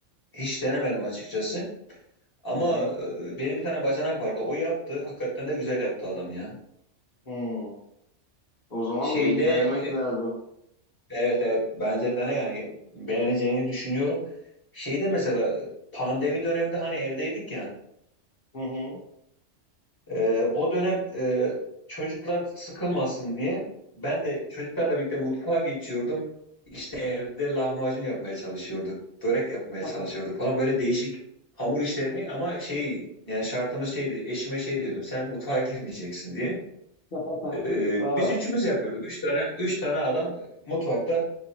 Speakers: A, on the left; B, on the left.
A: hiç denemedim açıkçası. Ama
B: Hı hı.
A: e, benim bir tane bacanak vardı. O yaptı. Hakikaten de güzel yaptı adam ya.
B: Hı. O zaman
A: Şeyde
B: bir denemek
A: e,
B: lazım.
A: evet evet bence dene yani beğeneceğini düşünüyorum. Şeyde mesela pandemi döneminde hani evdeydik ya.
B: Hı hı.
A: Ee, o dönem e, çocuklar sıkılmasın diye ben de çocuklarla birlikte mutfağa geçiyordum. İşte evde lahmacun yapmaya çalışıyorduk, börek yapmaya
B: <laughs>
A: çalışıyorduk falan böyle değişik hamur işlerini ama şey yani şartımız şeydi eşime şey diyordum sen mutfağa girmeyeceksin diye.
B: <laughs>
A: Ee,
B: Aa,
A: biz üçümüz yapıyorduk. Üç tane üç tane adam mutfakta